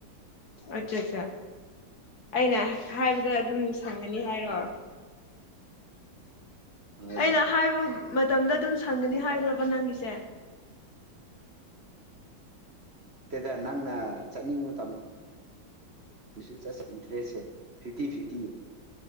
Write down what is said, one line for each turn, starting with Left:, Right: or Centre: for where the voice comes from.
Left: ꯑꯆꯥꯆꯥ ꯑꯩꯅ ꯍꯥꯏꯕꯗ ꯑꯗꯨꯝ ꯁꯪꯒꯅꯤ ꯍꯥꯏꯔꯣ
Right: <inaudible> ꯍꯣꯏꯗ
Left: ꯑꯩꯅ ꯍꯥꯏꯕ ꯃꯇꯝꯗ ꯑꯗꯨꯝ ꯁꯪꯒꯅꯤ ꯍꯥꯏꯈ꯭ꯔ ꯕꯅꯪꯁꯦ
Right: ꯇꯦꯗ ꯅꯪꯅ ꯆꯠꯅꯤꯡꯉꯕ ꯃꯇꯝ ꯑꯗꯨꯁꯨ ꯆꯠꯁꯤ ꯏꯟꯇꯔꯦꯁꯁꯦ ꯐꯤꯐꯇꯤ ꯐꯤꯐꯇꯤ